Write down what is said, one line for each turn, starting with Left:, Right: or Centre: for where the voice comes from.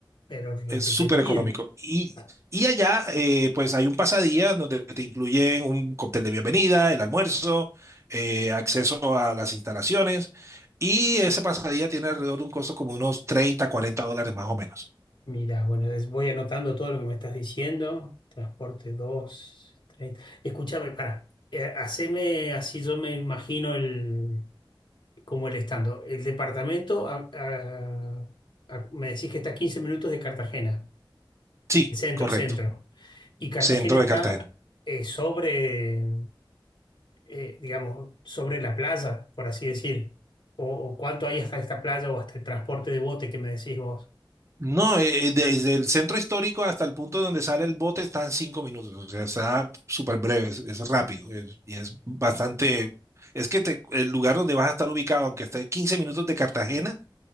Left: pero requete
Right: es súper
Left: bien.
Right: económico. Y,
Left: Ah,
Right: y allá, eh, pues hay un pasadía donde te incluyen un cóctel de bienvenida, el almuerzo, eh, acceso a las instalaciones. Y ese pasadía tiene alrededor de un costo como unos treinta cuarenta dólares más o menos.
Left: Mira, bueno, es- voy anotando todo lo que me estás diciendo. Transporte 2, 30. Escúchame, pará. Eh, haceme así, yo me imagino el, como el estando. El departamento, a- a- a- me decís que está a 15 minutos de Cartagena.
Right: Sí,
Left: el centro,
Right: correcto.
Left: centro. Y Cartagena
Right: Centro
Left: está
Right: de Cartagena.
Left: eh, sobre, eh, digamos, sobre la playa, por así decir. O, o cuánto hay hasta esta playa o hasta el transporte de bote que me decís vos.
Right: No, eh, eh, desde el centro histórico hasta el punto donde sale el bote está en cinco minutos. O sea, está súper breve, es, es rápido es- y es bastante. Es que te- el lugar donde vas a estar ubicado, aunque esté 15 minutos de Cartagena,